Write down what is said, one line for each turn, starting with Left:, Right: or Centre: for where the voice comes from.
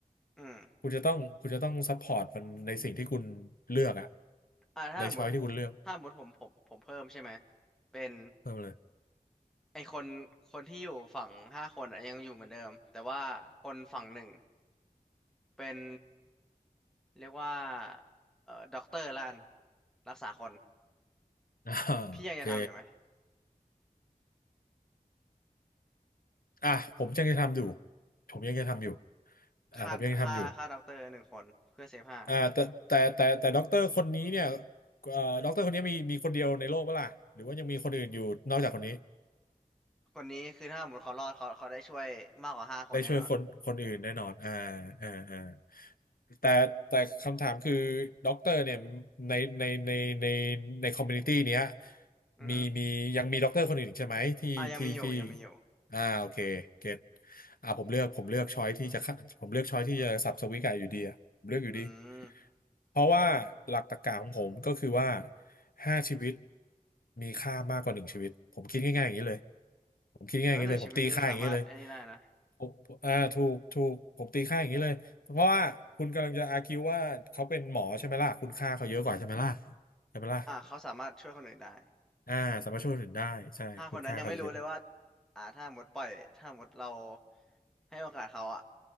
Centre: อืม
Left: คุณจะต้องคุณจะต้องซัพพอร์ตมันในสิ่งที่คุณเลือกอะ
Centre: อ่าถ้าสมมติ
Left: ในช้อยที่คุณเลือก
Centre: ถ้าสมมติผมผมผมเพิ่มใช่ไหม เป็น
Left: เพิ่มเลย
Centre: ไอคนคนที่อยู่ฝั่งห้าคนอะยังอยู่เหมือนเดิม แต่ว่าคนฝั่งหนึ่งเป็นเรียกว่าเอ่อด็อกเตอร์ล้านรักษาคน
Left: <laughs> อ่าโอเค
Centre: พี่ยังจะทำอยู่ไหม
Left: อ่ะผมยังจะทำอยู่ผมยังจะทำอยู่อ่ะผมยังจะทำอยู่
Centre: ฆ่าฆ่าฆ่าด็อกเตอร์หนึ่งคนเพื่อเซฟห้า
Left: อ่าแต่แต่แต่แต่ด็อกเตอร์คนนี้เนี่ยเอ่อด็อกเตอร์คนนี้มีมีคนเดียวในโลกเปะล่ะหรือว่ายังมีคนอื่นอยู่นอกจากคนนี้
Centre: คนนี้คือถ้าสมมติเขารอดเขาเขาได้ช่วยมากกว่าห้าคนแน่นอน
Left: ได้ช่วยคนคนอื่นแน่นอนอ่าอ่าอ่าแต่แต่คำถามคือด็อกเตอร์เนี่ยในในในในในคอมมูนิตี้เนี้ย
Centre: อือฮึ
Left: มีมียังมีด็อกเตอร์คนอื่นอีกใช่ไหมที่ที่ที่
Centre: อ่ะยังมีอยู่ยังมีอยู่
Left: อ่าโอเคเก็ตอ่าผมเลือกผมเลือกช้อยที่จะฆ่าผมเลือกช้อยที่จะสับสวิกไก่อยู่ดีอ่ะผมเลือกอยู่ดี
Centre: อืม
Left: เพราะว่าหลักตรรกะของผมก็คือว่าห้าชีวิตมีค่ามากกว่าหนึ่งชีวิตผมคิดง่ายๆอย่างนี้เลยผมคิดง่ายๆอย่างนี้เลยผมตีค่าอย่างนี้เลย
Centre: แต่ว่าหนึ่งชีวิตนี้สามารถไอ้นี่ได้นะ
Left: ผมอ่าถูกถูกผมตีค่าอย่างนี้เลยเพราะว่าคุณกำลังจะอาร์คิวว่าเขาเป็นหมอใช่ไหมล่ะคุณค่าเขาเยอะกว่าใช่ไหมล่ะใช่ไหมล่ะ
Centre: อ่ะเขาสามารถช่วยคนอื่นได้
Left: อ่าสามารถช่วยคนอื่นได้ใช่คุณค่าเขาเยอะกว่า
Centre: ห้าคนนั้นยังไม่รู้เลยว่าอ่าถ้าหมดปล่อยถ้าหมดเราให้โอกาสเขาอ่ะ